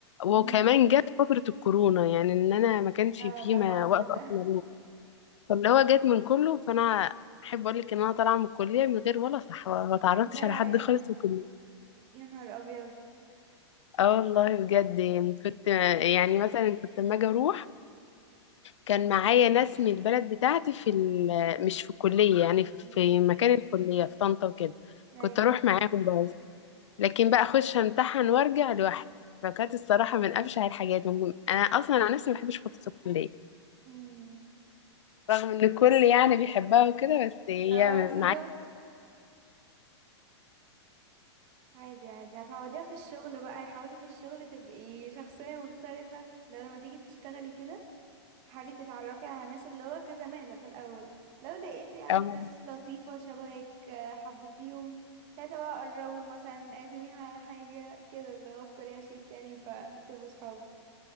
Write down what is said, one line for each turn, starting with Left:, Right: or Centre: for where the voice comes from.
Left: وكمان
Right: امم
Left: جت فترة الكورونا يعني إن أنا ما كانش
Right: اه
Left: فيه
Right: ده
Left: ما
Right: حظك
Left: وقت
Right: ده
Left: أصلا
Right: <laughs>
Left: أروح فاللي هو جت من كله فأنا أحب أقول لك إن أنا طالعة من الكلية من غير ولا صحبة ما تعرفتش
Right: ايه ده يا
Left: على حد خالص في الكلية
Right: يا نهار ابيض
Left: اه والله بجد يعني كنت يعني مثلا كنت لما اجي اروح كان معايا ناس من البلد بتاعتي في ال... مش في الكلية يعني في في
Right: امم
Left: مكان الكلية في طنطا وكده
Right: ايوه
Left: كنت اروح معاهم بس لكن بقى اخش امتحن وارجع لوحدي فكانت الصراحة من افشع الحاجات ممكن- انا اصلا عن نفسي ما بحبش فترة الكلية
Right: امم
Left: رغم ان الكل يعني بيحبها وكده بس هي
Right: اه بالظبط
Left: معايا
Right: عادي عادي هتعوضيها في الشغل بقى حاولي في الشغل تبقي شخصية مختلفة لو لما تيجي تشتغلي كده حاولي تتعرفي على ناس اللي هو كزمالة في الأول لو لقيتي عادي
Left: اه
Right: ناس لطيفة شبهك آه، حبيتيهم ساعتها بقى قربوا مثلا اعزميها على حاجة كده اللي هو بطريقة شيك يعني فتبقوا صحاب